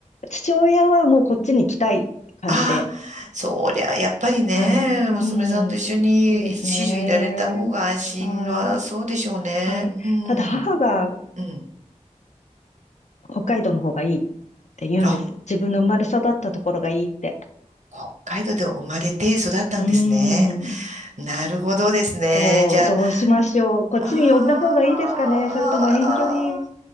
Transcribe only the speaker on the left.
父親はもうこっちに来たい感じで、
はい。うん、
そうですね。はい。はい。
ただ母が
北海道の方がいいって言うんです。
自分の生まれ育ったところがいいって。
うーん。
そう、
どうしましょう。こっちに呼んだ方がいいですかね。
それとも遠距離